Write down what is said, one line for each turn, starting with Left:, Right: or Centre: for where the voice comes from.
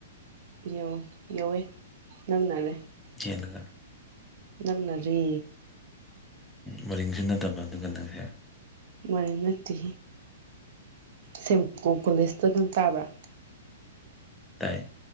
Right: ꯌꯧꯋꯦ ꯌꯧꯋꯦ ꯅꯪꯅꯔꯦ
Centre: ꯌꯦꯅꯒꯔ <inaudible>
Right: ꯅꯪꯅꯔꯤ
Centre: ꯃꯔꯤꯡꯁꯨ ꯅꯠꯇꯕ ꯑꯗꯨꯒ ꯅꯪꯁꯦ
Right: ꯃꯔꯤꯡ ꯅꯠꯇꯦ ꯁꯀꯣ ꯀꯣꯂꯦꯖꯇꯣ ꯑꯗꯨ ꯇꯥꯕ꯭ꯔꯥ
Centre: ꯇꯥꯏ